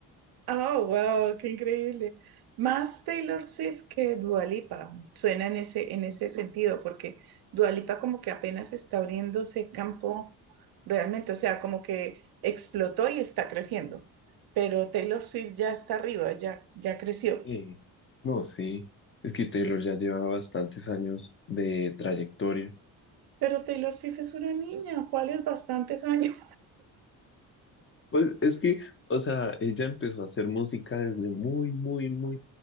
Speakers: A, on the right; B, on the left.
A: Oh, wow, qué increíble. Más Taylor Swift que Dua Lipa. Suena en ese, en ese sentido, porque Dua Lipa como que apenas está abriéndose campo realmente, o sea, como que explotó y está creciendo. Pero Taylor Swift ya está arriba, ya, ya creció.
B: Sí. No, sí. Es que Taylor ya lleva bastantes años de trayectoria.
A: Pero Taylor Swift es una niña, ¿cuáles bastantes años?
B: Pues es que, o sea, ella empezó a hacer música desde muy, muy, muy